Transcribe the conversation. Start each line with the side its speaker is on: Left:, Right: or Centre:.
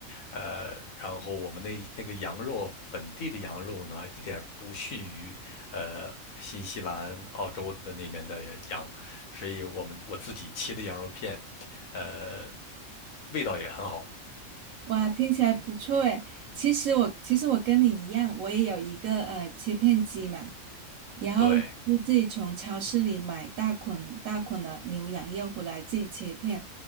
Left: 呃，然后我们那那个羊肉，本地的羊肉呢，一点不逊于，呃，新西兰、澳洲的那边的羊，所以我们我自己切的羊肉片，呃，味道也很好，
Right: 哇，听起来不错诶。其实我其实我跟你一样，我也有一个呃切片机嘛。然后也是自己从超市里买大捆大捆的牛羊肉回来，
Left: 对。
Right: 自己切片，